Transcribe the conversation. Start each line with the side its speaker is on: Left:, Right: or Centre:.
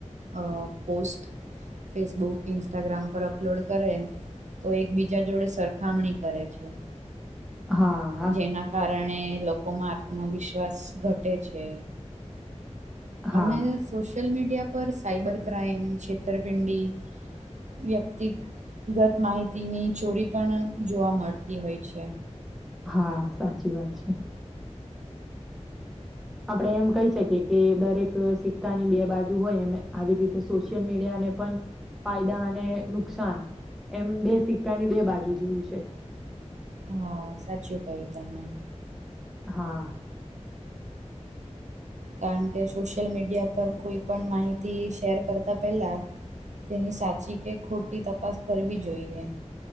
Right: અહ પોસ્ટ ફેસબુક, ઇન્સ્ટાગ્રામ પર અપલોડ કરે તો એકબીજા જોડે સરખામણી કરે છે.
Centre: હા હા
Right: જેના કારણે લોકોમાં આત્મવિશ્વાસ ઘટે છે.
Centre: હા
Right: અને સોશિયલ મીડિયા પર સાઈબર ક્રાઈમ છેતરપિંડી વ્યક્તિ ગત માહિતીની ચોરી પણ જોવા મળતી હોય છે.
Centre: હા, સાચી વાત છે. આપડે એમ કઈ શકીએ કે દરેક શિક કાની બે બાજુ હોય, એમ આવી રીતે સોશિયલ મીડિયા ને પણ ફાયદા અને નુકસાન, એમ બે સિક્કાની બે બાજુ જેવું છે.
Right: હા, સાચું કયું તમે.
Centre: હા.
Right: કારણ કે સોશિયલ મીડિયા પર કોઈ પણ માહિતી શેર કરતા પહેલા તેની સાચી કે ખોટી તપાસ કરવી જોઈએ.